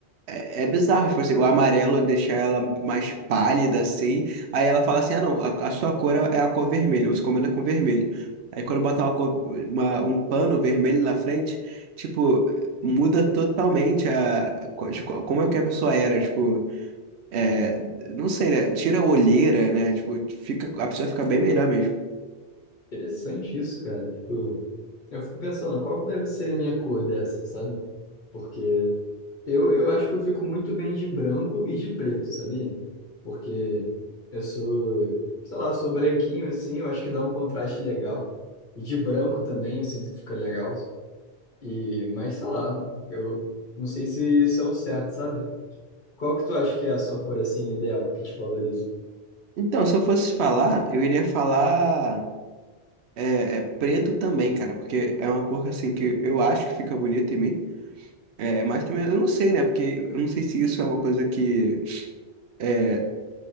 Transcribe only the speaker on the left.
Interessante isso, cara. Tipo, eu fico pensando, qual que deve ser a minha cor dessa, sabe? Porque Eu, eu acho que eu fico muito bem de branco e de preto, sabia? Porque eu sou, sei lá, eu sou branquinho assim, eu acho que dá um contraste legal. E de branco também, eu sinto que fica legal. E, mas sei lá, eu não sei se isso é o certo, sabe? Qual que tu acha que é a sua cor assim ideal, que te valoriza?